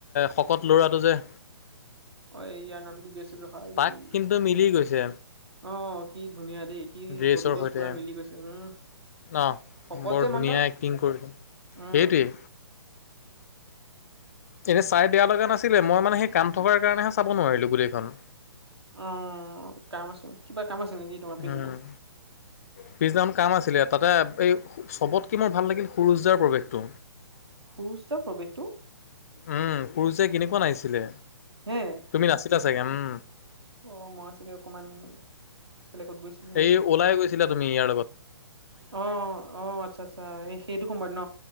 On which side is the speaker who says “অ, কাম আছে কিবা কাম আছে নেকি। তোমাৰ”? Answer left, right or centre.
Right